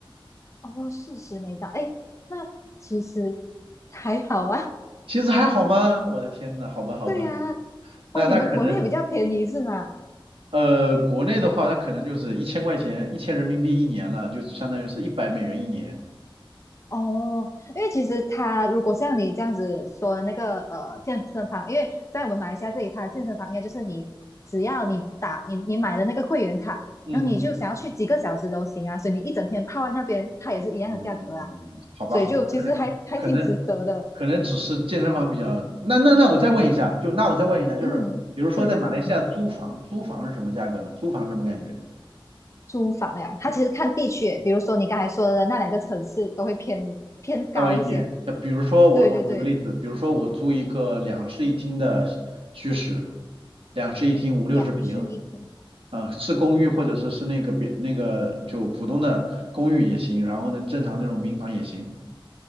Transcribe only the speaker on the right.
其实还好吗？我的天呐，好吧好吧，
那那可能。
呃，国内的话，它可能就是一千块钱，一千人民币一年了，就相当于是一百美元一年。
嗯嗯
嗯，好吧好吧，
可能可能可能只是健身房比较。那那那我再问一下，就那我再问一下，就是比如说在马来西亚租房，
租房是什么价格呢？租房什么感觉？
高一点。那比如说我我举个例子，
比如说我租一个两室一厅的居室，两室一厅五六十平，
啊，是公寓或者说是那个别那个就普通的公寓也行，然后呢，正常那种民房也行。